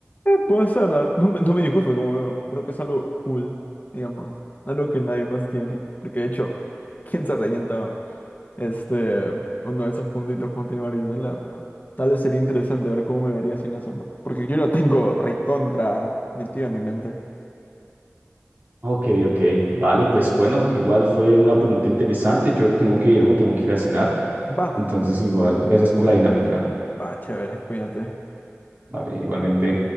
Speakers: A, on the left (about 35°); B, on the right (about 45°).
A: Puede ser, la verdad, no me, no me disgusta como veo. Creo que es algo cool, digamos. Algo que nadie más tiene. Porque de hecho, <laughs> ¿quién se rellenta este, uno de esos puntitos cuando tiene varicela? Pero tal vez sería interesante ver cómo me vería sin eso, ¿no? Porque yo lo tengo recontra metido en mi mente.
B: Ok, ok, vale, pues bueno, igual fue una pregunta interesante. Yo tengo que irme, tengo que ir a cenar.
A: Va,
B: Entonces, igual, gracias por la dinámica.
A: va, chévere, cuídate.
B: Vale, igualmente.